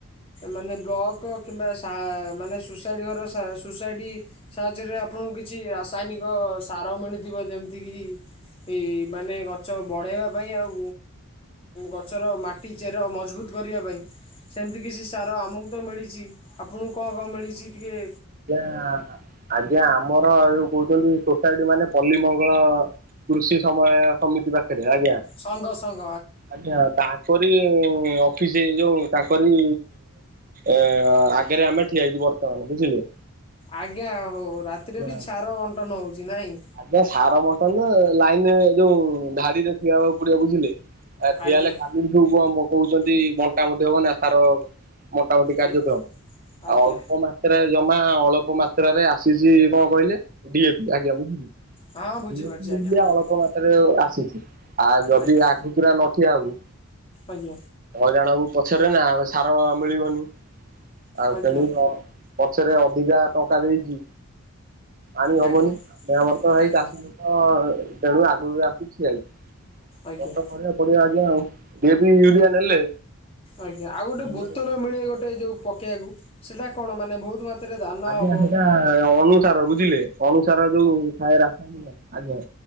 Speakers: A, on the left; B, on the right.
A: ମାନେ ବ୍ଲକ କିମ୍ବା ସା ମାନେ ସୋସାଇଟି ଘର ସୋସାଇଟି ସାହାଯ୍ୟରେ ଆପଣଙ୍କୁ କିଛି ରାସାୟନିକ ସାର ମିଳୁଥିବ ଯେମିତି କିି କି ମାନେ ଗଛ ବଢ଼େଇବା ପାଇଁ ଆଉ ଗଛର ମାଟି ଚେର ମଜବୁତ କରିବା ପାଇଁ ସେମିତି କିଛି ସାର ଆମକୁ ତ ମିଳିଛି ଆପଣଙ୍କୁ କଣ କଣ ମିଳିଛି ଟିକିଏ
B: ଆଜ୍ଞା ଆଜ୍ଞା ଆମର ଯୋଉ କହୁଛନ୍ତି ସୋସାଇଟି ମାନେ ପଲ୍ଲୀ ମଙ୍ଗଳ କୃଷି ସମବାୟ ସମିତି ପାଖରେ ଆଜ୍ଞା
A: ସଂଘ ସଂଘ
B: ଆଜ୍ଞା ତାହା କରି ଅଫିସ ଏଇ ଯୋଉ ତାଙ୍କରି ଏ ଆଗରେ ଆମେ ଠିଆ ହେଇଛୁ ବର୍ତ୍ତମାନ ବୁଝିଲେ?
A: ଆଜ୍ଞା ହଉ ରାତିରେ
B: ଆଜ୍ଞା
A: ବି ସାର ବଣ୍ଟନ ହଉଛି ନାଇଁ?
B: ଆଜ୍ଞା ସାର ବଣ୍ଟନ ଲାଇନରେ ଯୋଉ ଧାଡିରେ ଠିଆହବାକୁ ପଡିବ ବୁଝିଲେ? ଆ ଠିଆ
A: ଆଜ୍ଞା
B: ହେଲେ କାଲିକି ଯୋଉ କଣ କହୁଛନ୍ତି ବଣ୍ଟାବଣ୍ଟି ହବ ନା ସାର ବଣ୍ଟା ବଣ୍ଟି କାର୍ଯ୍ୟକ୍ରମ
A: ଆଜ୍ଞା ଆଜ୍ଞା
B: ଆଉ ଅଳ୍ପ ମା ହେରା ଜମା ଅଳପ ମାତ୍ରାରେ ଆସିଛି କଣ କହିଲେ ଡିଏଫି ଆଜ୍ଞା ବୁଝିଲେ?
A: ହଁ ବୁଝିପାରୁଛି
B: ଡ଼ିଏଫି <inaudible>
A: ଆଜ୍ଞା
B: ଅଳପ
A: କୁହନ୍ତୁ
B: ଅଳପ ମାତାରେ ଆସିଛି ଆଉ ଯଦି
A: ଆଜ୍ଞା
B: ଆଗତୁରା ନଠିଆ ହବୁ
A: ଆଜ୍ଞା
B: ହଇରାଣ ହବୁ ପଛରେ ନା ସାର ମିଳିବନି ଆଉ
A: ଆଜ୍ଞା
B: ତେଣୁ ଅ ପଛରେ ଅଧିକା ଟଙ୍କା ଦେଇଛି ଆଣି ହବନି
A: ଆଜ୍ଞା
B: ଆମେ ଆମର ତ ହେଇ
A: ଆଜ୍ଞା
B: ଚାଷିବୁ ହଁ ତେଣୁ ଆଗରୁ ବି ଆସୁଛି ଆଇଛି।
A: ଆଜ୍ଞା
B: ପଡିଆ ପଡିଆ ଆଜ୍ଞା ଆଉ ଡ଼ିଏବି ୟୁରିଆ ନେଲେ
A: ଆଜ୍ଞା ଆଉ ଗୋଟେ
B: ବିଲରେ
A: ବୋତଲ ମିଳେ ଗୋଟେ ଯଉ ପକେଇବାକୁ ସେଇଟା କଣ ମାନେ ବହୁତ ମାତ୍ରାରେ ଧାନ
B: ଆଜ୍ଞା
A: ହବ
B: ସେଟା ଅଣୁସାର ବୁଝିଲେ ଅନୁସାର ଯୋଉଥାଏ ରାସାୟନିକ ଆଜ୍ଞା